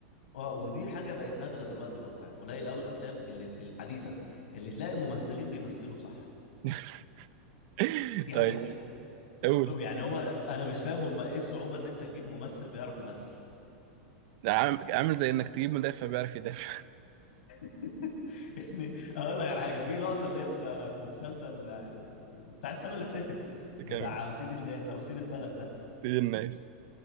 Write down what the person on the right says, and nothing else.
<laughs> دي.
طيب قول
عام- عامل زي انك تجيب مدافع بيعرف يدافع
<laughs>
كمان
تجيب الناس